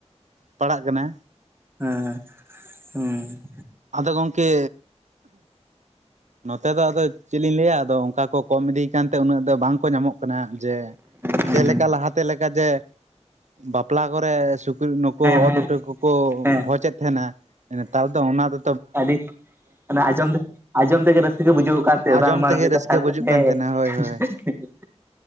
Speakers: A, on the right; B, on the right.
A: ᱯᱟᱲᱟᱜ ᱠᱟᱱᱟ
B: ᱮᱸ ᱦᱩᱸ
A: ᱟᱫᱚ ᱜᱚᱢᱠᱮ ᱱᱚᱛᱮ ᱫᱚ ᱟᱫᱚ ᱪᱮᱫ ᱞᱮᱧ ᱞᱟᱹᱭᱟ ᱟᱫᱚ ᱚᱱᱠᱟ ᱠᱚ ᱠᱚᱢ ᱤᱫᱤᱭ ᱠᱟᱱᱛᱮ ᱩᱱᱟᱹᱜ ᱫᱚ ᱵᱟᱝ ᱠᱚ ᱧᱟᱢᱚᱜ ᱠᱟᱱᱟ, ᱡᱮ
B: ᱦᱮᱸ
A: ᱪᱮᱫ ᱞᱮᱠᱟ ᱞᱟᱦᱟᱛᱮ ᱞᱮᱠᱟ ᱡᱮ, ᱵᱟᱯᱞᱟ ᱠᱚᱨᱮ ᱥᱩᱠᱨᱤ ᱱᱩᱠᱩ
B: ᱦᱮᱸ
A: ᱚᱛ
B: ᱦᱮᱸ
A: ᱩᱴᱟᱹ ᱠᱚᱠᱚ
B: ᱦᱮᱸ ᱦᱮᱸ
A: ᱵᱷᱚᱡᱮᱫ ᱛᱟᱦᱮᱱᱟ᱾ ᱱᱮᱛᱟᱨ ᱫᱚ ᱚᱱᱟ ᱫᱚ
B: ᱟᱹᱰᱤ ᱢᱟᱱᱮ ᱟᱸᱡᱚᱢ ᱟᱸᱡᱚᱢ ᱛᱮᱜᱮ ᱨᱟᱹᱥᱠᱟᱹ ᱵᱩᱡᱷᱟᱹᱣᱜ ᱠᱟᱱᱛᱮ
A: ᱟᱸᱡᱚᱢ
B: ᱵᱟᱝᱢᱟ
A: ᱛᱮᱜᱮ
B: ᱱᱚᱰᱮ
A: ᱨᱟᱹᱥᱠᱟᱹ ᱵᱩᱡᱩᱜ ᱠᱟᱱ ᱛᱟᱦᱮᱱᱟ ᱦᱳᱭ ᱦᱳᱭ
B: <inaudible>